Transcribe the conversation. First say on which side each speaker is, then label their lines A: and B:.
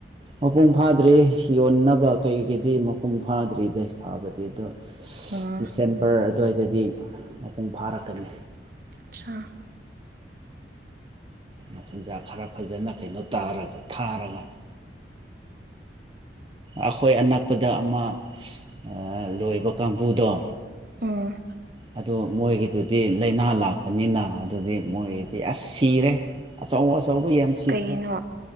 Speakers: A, on the right; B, on the right.
A: ꯃꯄꯨꯡ ꯐꯥꯗ꯭ꯔꯤ ꯌꯣꯟꯅꯕ ꯀꯩꯒꯤꯗꯤ ꯃꯄꯨꯡ ꯐꯥꯗ꯭ꯔꯤꯗ ꯐꯥꯕꯗꯤ ꯑꯗꯣ
B: ꯎꯝ
A: ꯗꯤꯁꯦꯝꯕꯔ ꯑꯗꯨꯋꯥꯏꯗꯗꯤ ꯃꯄꯨꯡ ꯐꯥꯔꯛꯀꯅꯤ
B: ꯑꯆꯥ
A: ꯃꯆꯤꯟꯖꯥꯛ ꯈꯔ ꯐꯖꯅ ꯀꯩꯅꯣ ꯇꯥꯔꯒꯗꯤ ꯊꯥꯔꯒ ꯑꯩꯈꯣꯏ ꯑꯅꯛꯄꯗ ꯑꯃ ꯑꯥ ꯂꯣꯏꯕ ꯀꯥꯡꯕꯨꯗꯣ
B: ꯑ
A: ꯑꯗ‌ꯣ ꯃꯣꯏꯒꯤꯗꯨꯗꯤ ꯂꯥꯏꯅꯥ ꯂꯥꯛꯄꯅꯤꯅ ꯑꯗꯨꯗꯤ ꯃꯣꯏꯒꯤꯗꯤ ꯑꯁ ꯁꯤꯔꯦ ꯑꯆꯧ ꯑꯆꯧꯕ ꯌꯥꯝ ꯁꯤꯈ꯭ꯔꯦ
B: ꯀꯩꯒꯤꯅꯣ